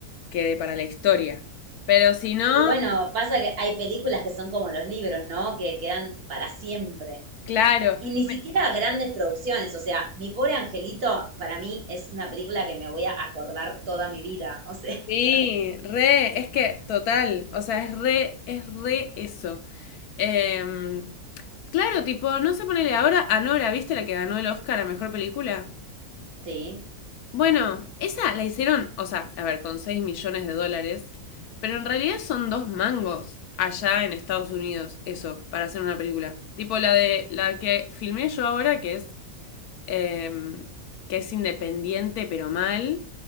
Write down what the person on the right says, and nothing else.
Y bueno, pasa que hay películas que son como los libros, ¿no? Que quedan para siempre.
Y ni
siquiera grandes producciones, o sea, Mi pobre angelito para mí es una película que me voy a acordar toda mi vida, o sea,
<laughs>
sí,